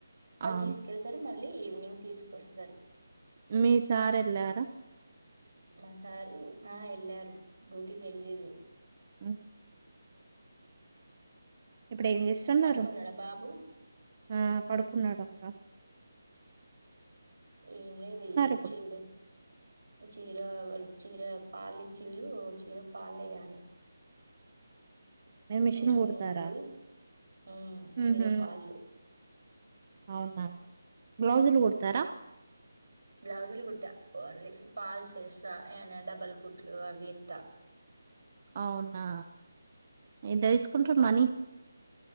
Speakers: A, on the right (about 80°); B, on the right (about 35°).
A: వాళ్ళు
B: అవును
A: తీసుకెళ్తారు మళ్ ల్లి ఈవినింగ్ తీసుకొస్తారు
B: మీ సార్ వెళ్లారా
A: మా సారు ఆ ఎల్లారు డ్యూటీకి ఎల్లిర్రు
B: మ్మ్ ఇప్పుడు ఏం చేస్తున్నారు
A: పడుకున్నాడా బాబు
B: ఆ పడుకున్నాడక్క
A: ఏం లేది
B: ఇప్పుడు
A: చీర చీరా వాల్ చీర పాలు చిల్లు చీర పాలు వేయాలి
B: మీరు
A: మిషన్
B: కుడతారా
A: ఉంది మ్మ్ చీర
B: ఉహు
A: పాళ్ళు
B: అవునా బ్లౌస్లు కుడతారా
A: బ్లౌజులు గుట్ట ఓన్లీ పాల్స్ ఏస్తా ఏమ డబల్ కుట్లు అవి ఏత్తా
B: అవునా ఎంత తీసుకుంట్రు మనీ